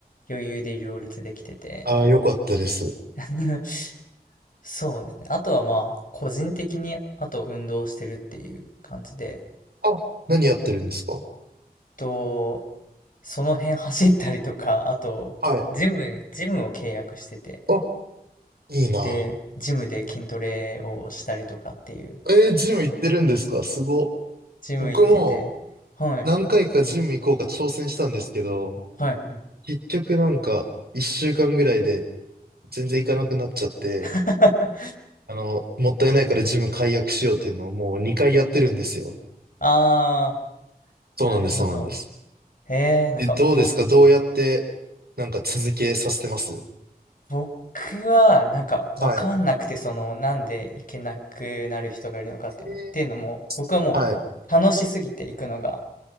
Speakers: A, on the left; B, on the right.
A: 余裕で両立できてて。
B: ああ、よかったです。
A: <laughs> そうですね。あとはまあ、個人的に、あと運動してるっていう感じで、
B: あ、何やってるんですか
A: と、その辺走ったりとか、あと、
B: はい。
A: ジム、ジムを契約してて、
B: あ、いいな。
A: で、ジムで筋トレをしたりとかっていう、
B: えー、ジム行ってるんですかすご。
A: ジム行ってて、
B: 僕も
A: はい、
B: 何回かジム行こうか挑戦したんですけど、
A: はい、はい。
B: 結局なんか一週間ぐらいで全然行かなくなっちゃって、
A: <laughs>
B: あの、もったいないからジム解約しようっていうのをもう2回やってるんですよ。
A: あ
B: そうなんです、
A: ー、なるほど。
B: そうなんです。
A: えー、なんか、
B: え、どうですかどうやってなんか続けさせてます
A: ぼ、僕は、なんか、わかんなくて、
B: はい。
A: その、なんで行けなくなる人がいるのかっていうのが、
B: え
A: っていうのも、僕はもう、
B: ーはい。
A: 楽しすぎて行くのが、